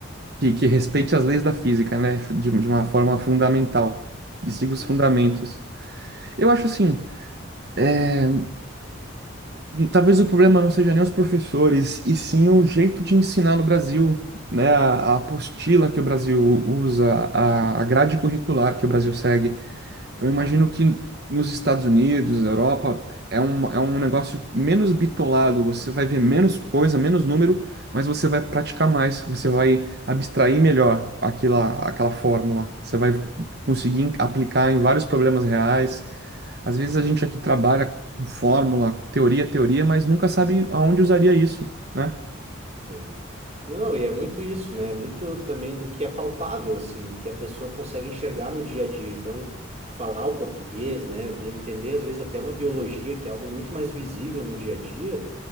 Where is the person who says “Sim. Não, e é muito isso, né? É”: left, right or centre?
Right